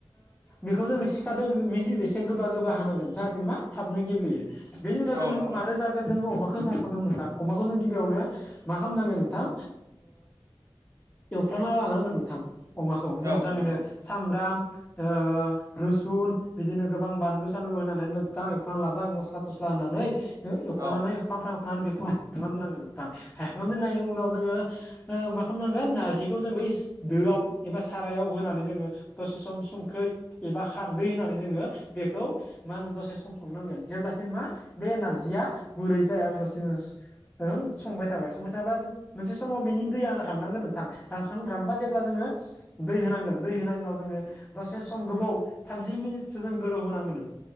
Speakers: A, on the left (about 20°); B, on the right (about 40°).
A: बेखौ जोङो सिखादों मिजि एसे गोबा गोबा हानांगोन जाहाथे मा थाबनो गेब्लेयो। बेनि उनाव जोङो
B: औ नोंथां
A: मादों
B: औ नोंथां औ
A: जागोन। जों अमाखौ सायख'दों नोंथां अमाखौ जों गिबियावनो मा खालामनांगोन नोंथां। एवफ्राना लानांगोन नोंथां अमाखौ मोजाङैनो
B: औ नोंथां औ
A: सामब्राम ओ रोसुन बिदिनो गोबां बानलु सानलु होनानै मोजां एवखांनानै लाबाय मस्ला थस्ला होनानै एवफ्रानानै
B: औ
A: फ्राम नानै बेखौ हायखांनानै दोननांगोन नोंथां हायखांनानै दोननायनि उनाव जोङो। ओ मा खालामनांगोन नारजिखौ जों बै दोआव एबा सारायाव होनानै। जोङो दसे सम संखै एबा खारदै होननानै जोङो बेखौ मा होनो दसे सम संनांगोन जेब्लासिम मा बे एनारजिया गुरै जाया अब्लासिम ओं संबाय थाबाय संबाय थाबा मोनसे समाव बेनि दैया राननांगोन नोंथां रानबा जेब्ला जोङो दै होनांगोन। नि उनाव जोङो दसे सम गोबाव थामजि मिनिटसो जों गोलौ होनांगोन।